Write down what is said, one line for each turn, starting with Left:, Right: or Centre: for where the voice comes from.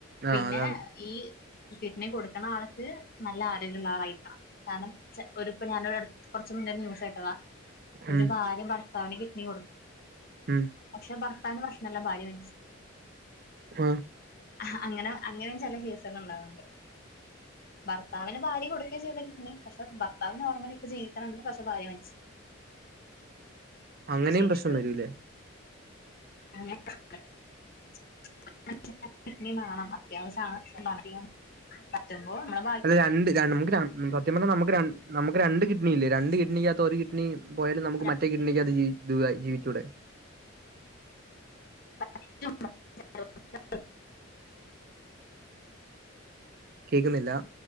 Right: ആഹ്
Left: പിന്നെ
Right: അതാണ്.
Left: ഈ കിഡ്‌ണി കൊട്ക്കിണ ആൾക്ക് നല്ല ആരോഗ്യള്ള ആളായിര്ക്കണം കാര്ണം ച ഒരു ഇപ്പ ഞാനൊരട് കൊറച്ച് മുന്നെ ഒര് ന്യൂസേട്ടതാ
Right: ഉം
Left: ഒരു ഭാര്യ ഭർത്താവിന് കിഡ്‌ണി കൊടുത്തു
Right: ഉം
Left: പക്ഷെ ഭർത്താവിന് പ്രശ്നല്ല ഭാര്യ മരിച്ചു
Right: ആഹ്
Left: ഹ അങ്ങന അങ്ങനെം ചെല കേസെല്ലാം ഒണ്ടാവണ്ട് ഭർത്താവിന് ഭാര്യ കൊടുക്കേ ചെയ്യതെ കിഡ്നി പക്ഷെ ഭർത്താവ് നോർമലി ഇപ്പ ജീവിക്കണിന്ന് പഷേ ഭാര്യ മര്ച്ച്
Right: അങ്ങനിം
Left: ശരിക്കും
Right: പ്രശ്നം വരൂല്ലേ
Left: <unintelligible> <unintelligible>
Right: അല്ല രണ്ട് ര നമക്ക് രൺ സത്യം പർഞ്ഞ നമക്ക് രൺ നമക്ക് രണ്ട് കിഡ്നി ഇല്ലെ രണ്ട് കിഡ്നികാത്ത് ഒരു കിഡ് ട്ണി പോയാലും
Left: ഇരിക്കും
Right: നമുക്ക് മറ്റേ കിട്ണിക്കാത് ജി തുവാ ജീവിച്ചൂടെ
Left: <unintelligible>
Right: കേക്കുന്നില്ല